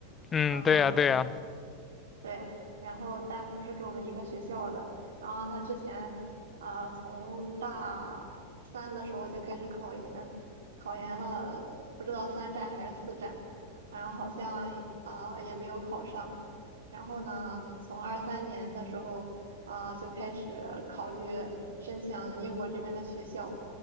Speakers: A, on the left; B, on the right.
A: 嗯，
B: 嗯、
A: 对呀，对呀，
B: 对，然后但不是跟我们一个学校的。然后他之前，呃，从大三的时候就开始考研，考研了不知道三战还是四战，然后好像呃也没有考上。然后呢，从二三年的时候，啊、就开始考虑申请英国这边的学校。